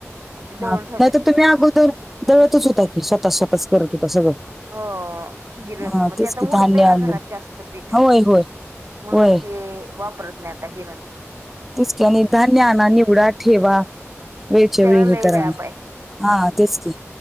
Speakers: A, on the right (about 60°); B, in the centre.
A: मग ते दळून
B: हा
A: ठेवतात
B: नाहीतर तुम्ही अगोदर दळतच होता की स्वतः स्वतःच करत होता सगळं
A: हो गिरण
B: हा
A: मग
B: तेच
A: त्याचा
B: की
A: उडतय
B: धान्य
A: ना
B: आणून
A: घरात जास्त पीठ
B: होय होय
A: म्हणून
B: होय
A: ते वापरत नही आता गिरण
B: तेच की आणि धान्य आणा निवडा ठेवा वेळच्या
A: त्याला
B: वेळी
A: लय
B: हे करा,
A: व्याप आहे
B: हा तेच की